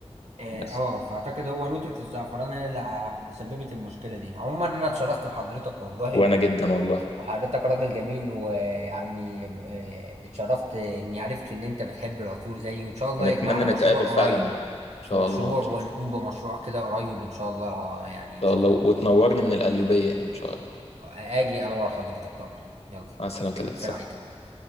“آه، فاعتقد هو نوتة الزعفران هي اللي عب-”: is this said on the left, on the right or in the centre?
Right